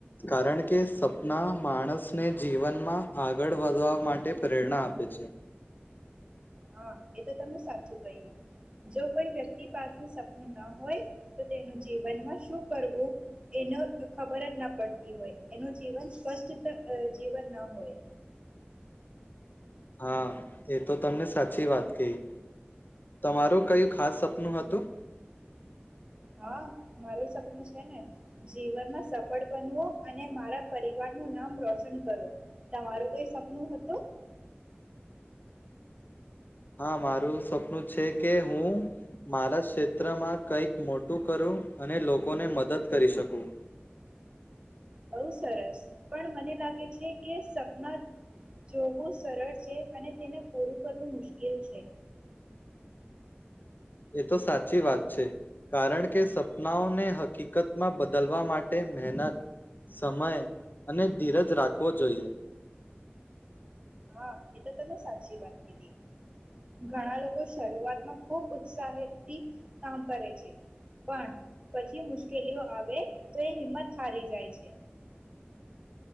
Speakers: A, on the left; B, on the right.
A: કારણ કે સપના માણસને જીવનમાં આગળ વધવા માટે પ્રેરણા આપે છે.
B: હા એ તો તમે સાચું કહ્યું જો કોઈ વ્યક્તિ પાસે સપનું ના હોય. તો તેનું જીવનમાં શું કરવું એને ખબર જ ના પડતી હોય એનું જીવન સ્પષ્ટ જીવન ના હોય.
A: હા એ તો તમને સાચી વાત કહી તમારું કયું ખાસ સપનું હતું.
B: હા મારું સપનું છે ને જીવનમાં સપ ફડ બનવો અને મારા પરિવાર નું નામ રોશન કરો તમારું કઈ સપનું હતું.
A: હા મારું સપનું છે કે હું મારા ક્ષેત્રમાં કંઈક મોટું કરું અને લોકોને મદદ કરી શકું.
B: બો સરસ પણ મને લાગે છે કે સપના જોવું સરળ છે અને તેને પૂરું કરવું મુશ્કેલ છે
A: એ તો સાચી વાત છે કારણ કે સપનાઓને હકીકતમાં બદલવા માટે મહેનત, સમય અને ધીરજ રાખવો જોઈએ
B: હા એ તો તમે સાચી વાત કીધી ઘણા લોકો શરૂઆતમાં ખુબ ઉત્સાહિત કામ કરે છે, પણ પછી મુશ્કે ઉકેલીઓ આવે તો એ હિંમત હારી જાય છે